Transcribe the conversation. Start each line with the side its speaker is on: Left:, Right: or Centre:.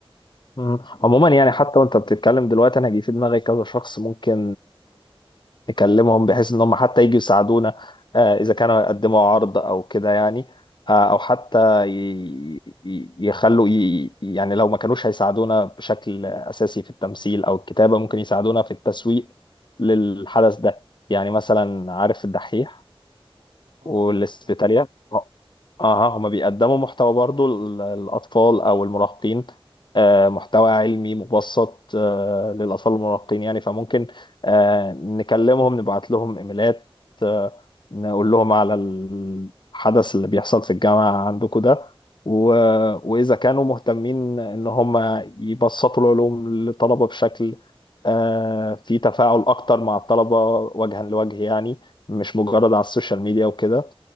Left: مم. عموما يعني حتى وانت بتتكلم دلوقتي انا جه في دماغي كذا شخص ممكن نكلمهم بحيث ان هم حتى يجوا يساعدونا آه، اذا كانوا يقدموا عرض او كده يعني آه، او حتى ي- ي- يخلوا ي- يعني لو ما كانوش هيساعدونا بشكل اساسي في التمثيل او الكتابة ممكن يساعدونا في التسويق للحدث ده يعني مثلا عارف الدحيح
Right: اه
Left: والاسبيتاليا
Right: أعرفه كويس
Left: اه هما بيقدموا محتوى برضو لل- للأطفال أو المراهقين آه، محتوى علمي مبسط آه، للأطفال والمراهقين يعني فممكن آه، نكلمهم نبعت لهم إيميلات آه، نقول لهم على الحدث اللي بيحصل في الجامعة عندكم ده و- وإذا كانوا مهتمين إن هم يبسطوا العلوم للطلبة بشكل آه، فيه تفاعل أكتر مع الطلبة وجها لوجه يعني مش مجرد على السوشيال ميديا وكده